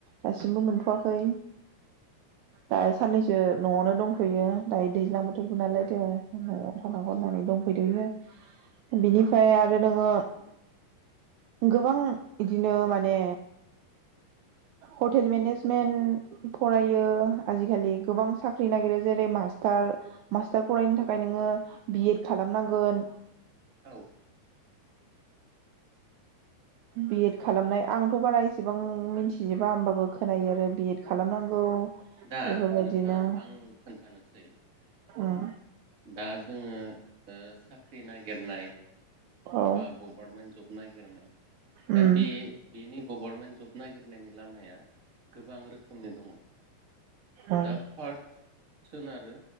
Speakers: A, on the right; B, on the right.
A: दासिमबो मोनथ'वाखै। दा साननैसो न'आवनो दंथ'यो दायो दैज्लां बोथोरबो नालायदो न'आव थांनांगौ
B: औ
A: होननानै दंफैथयो बिनिफ्राय आरो नोङो गोबां बिदिनो माने हटेल मेनेजमेन्ट फरायो आजिखालि गोबां साख्रि नागिरो जेरै मास थार मास्टार फरायनो थाखाय
B: औ
A: नोङो बि एड खालामनांगोन
B: औ।
A: बिएद खालामनाय आंथ' बारा इसेबां मिनथिजोबा होमबाबो खोनायो आरो बिएद खालामनांगौ
B: औ
A: बेफोरबायदिनो
B: दा नोंथां आं खोन्थानोसै
A: ओम।
B: दा जोङो ओ साख्रि नायगिरनाय
A: औ
B: बा गभर्नमेन्ट जब नागिरनाय
A: उम
B: दा बे बेनि गभर्नमेन्ट जब नागिर नायनि लामाया गोबां रोखोमनि दङ
A: ओं
B: दा फार सोनारो